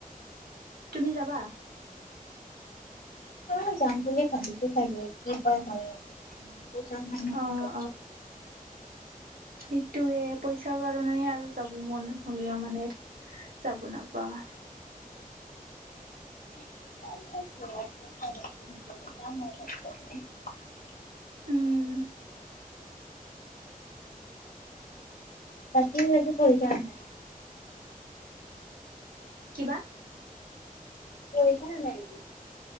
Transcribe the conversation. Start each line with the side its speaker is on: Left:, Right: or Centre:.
Right: তুমি যাবা
Left: অ যাম বুলি ভাবিছোঁ চাগে কি হয় হয় আৰু পইচাও নাই নহয়
Right: অ', সেইটোৱে পইচাৰ কাৰণে আৰু যাব মন হ'লেও মানে যাব নাপাওঁ
Left: <unintelligible>
Right: উম
Left: তাকে আজি কি পৰিক্ষাৰ আছে।
Right: কিবা
Left: পঢ়িছা নে নাই।